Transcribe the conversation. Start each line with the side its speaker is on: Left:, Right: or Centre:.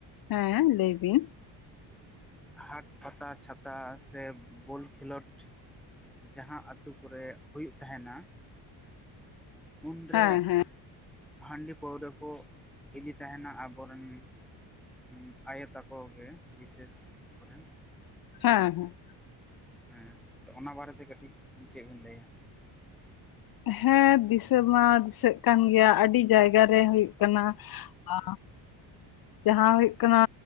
Left: ᱦᱮᱸ ᱞᱟᱹᱭ ᱵᱤᱱ᱾
Centre: ᱦᱟᱴ ᱯᱟᱛᱟ ᱪᱷᱟᱛᱟ ᱥᱮ ᱵᱳᱞ ᱠᱷᱤᱞᱚᱰ ᱡᱟᱦᱟᱸ ᱟᱛᱩ ᱠᱚᱨᱮ ᱦᱩᱭᱩᱜ ᱛᱟᱦᱮᱱᱟ ᱩᱱ
Left: ᱦᱮᱸ
Centre: ᱨᱮ
Left: ᱦᱮᱸ
Centre: ᱦᱟᱺᱰᱤ ᱯᱟᱹᱣᱨᱟᱹ ᱠᱚ ᱤᱫᱤ ᱛᱟᱦᱮᱱᱟ ᱟᱵᱚᱨᱮᱱ ᱩᱸ ᱟᱭᱚ ᱛᱟᱠᱚ ᱜᱮ ᱵᱤᱥᱮᱥ ᱠᱚᱨᱮᱱ᱾
Left: ᱦᱮᱸ ᱦᱮᱸ᱾
Centre: ᱦᱮᱸ ᱛᱚ ᱚᱱᱟ ᱵᱟᱨᱮ ᱛᱮ ᱠᱟᱹᱴᱤᱡ ᱪᱮᱫ ᱵᱤᱱ ᱞᱟᱹᱭᱟ᱾
Left: ᱦᱮᱸ ᱫᱤᱥᱟᱹ ᱢᱟ ᱫᱤᱥᱟᱹᱜ ᱠᱟᱱ ᱜᱮᱭᱟ ᱟᱹᱰᱤ ᱡᱟᱭᱜᱟ ᱨᱮ ᱦᱩᱭᱩᱜ ᱠᱟᱱᱟ᱾ ᱚ᱾ ᱡᱟᱦᱟᱸᱳᱜ ᱠᱟᱱᱟ